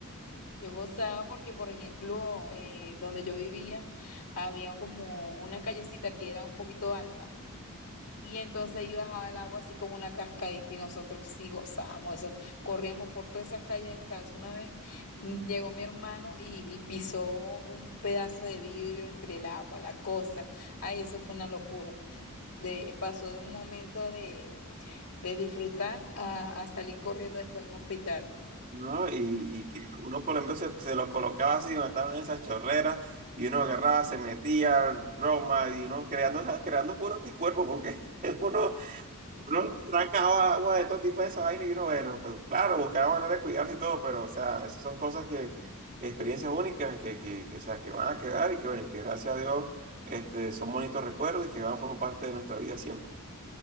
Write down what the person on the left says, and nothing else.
yo gozaba porque, por ejemplo, eh, donde yo vivía había como una callecita que era un poquito alta y entonces ahí bajaba el agua así como una cascadita y nosotros sí gozábamos eso, corríamos por todas esas calles descalzos. Una vez mm, llegó mi hermano y, y pisó un pedazo de vidrio entre el agua, la cosa, ay, eso fue una locura. De, pasó de un momento de, de disfrutar a, a salir corriendo después en un hospital.